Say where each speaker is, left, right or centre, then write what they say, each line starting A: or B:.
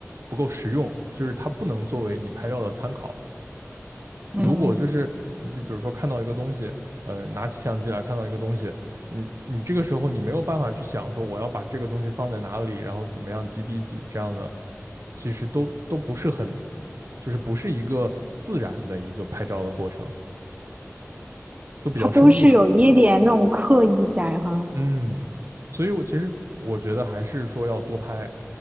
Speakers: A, on the right (about 60°); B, on the right (about 25°).
A: 不够实用，就是它不能作为你拍照的参考。
B: 嗯，
A: 如果就是就比如说看到一个东西，呃，拿起相机来看到一个东西，你你这个时候你没有办法去想说我要把这个东西放在哪里，然后怎么样几比几这样的，其实都都不是很，就是不是一个自然的一个拍照的过程，都比较生硬。
B: 它都是有一点那种刻意在哈。
A: 嗯，所以我其实我觉得还是说要多拍，